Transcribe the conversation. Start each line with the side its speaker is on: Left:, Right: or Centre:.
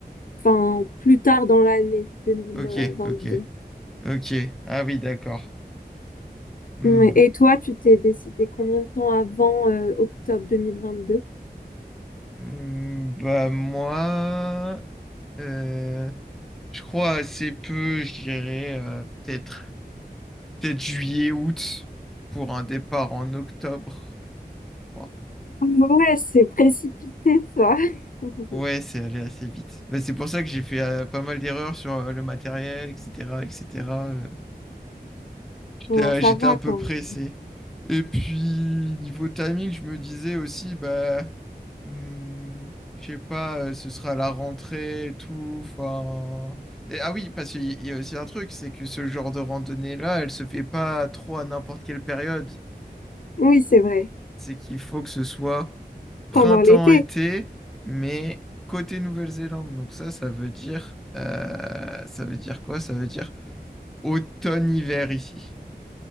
Left: enfin plus tard dans l'année 2022.
Centre: ok, ok, ok. Ah oui, d'accord. Hmm.
Left: Ouais. Et toi, tu t'es décidé combien de temps avant euh, octobre deux mille vingt-deux?
Centre: Hmm, Bah moi, euh, je crois assez peu. Je dirais euh, peut-être, peut-être juillet, août pour un départ en octobre. je crois.
Left: Ouais, c'est précipité ça. <laughs>
Centre: Ouais, c'est allé assez vite. Bah, c'est pour ça que j'ai fait euh, pas mal d'erreurs sur euh, le matériel, etc., etc.
Left: Ouais,
Centre: Euh,
Left: ça
Centre: J'étais
Left: va
Centre: un peu
Left: quand
Centre: pressé.
Left: même.
Centre: Et puis, niveau timing, je me disais aussi, bah, hmm, je sais pas, euh, ce sera à la rentrée et tout. Enfin. Et, ah oui, parce qu'il y il y a aussi un truc, c'est que ce genre de randonnée-là, elle se fait pas trop à n'importe quelle période.
Left: Oui, c'est vrai.
Centre: C'est qu'il faut que ce soit printemps-été,
Left: Pendant l'été.
Centre: mais côté Nouvelle-Zélande. Donc ça, ça veut dire, euh, ça veut dire quoi? Ça veut dire automne-hiver ici.